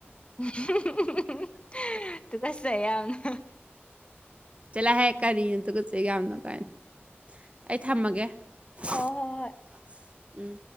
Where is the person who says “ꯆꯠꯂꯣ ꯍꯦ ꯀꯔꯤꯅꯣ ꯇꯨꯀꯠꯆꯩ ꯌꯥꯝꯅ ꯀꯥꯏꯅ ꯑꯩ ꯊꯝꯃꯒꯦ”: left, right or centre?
Right